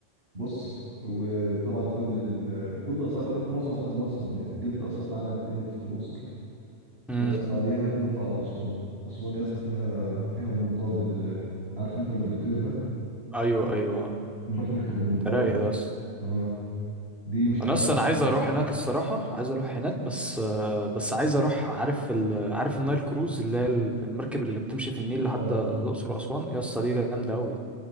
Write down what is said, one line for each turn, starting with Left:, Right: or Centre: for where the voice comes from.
Right: بص وطبعا كل ال... كل اثار معظم اثار مصر هناك تلت اثار العالم كله في الاقصر
Centre: امم
Right: ويا اسطى بعديها نطلع على اسوان اسوان يا اسطى فيها فيها المنطاد اللي عارف انت اللي بيطير ده
Centre: ايوه ايوه
Right: نروح نركب المنطاد
Centre: ده رايق ده يسطا.
Right: اه دي مش هتلاقيها
Centre: انا اصلا
Right: في مكان
Centre: عايز
Right: تاني
Centre: اروح
Right: في مصر
Centre: هناك الصراحه عايز اروح هناك بس آه، بس عايز اروح عارف ال... عارف النايل كروز اللي هي ال- المركب اللي بتمشي في النيل
Right: اه
Centre: لحد الاقصر واسوان يا اسطى دي جامده قوي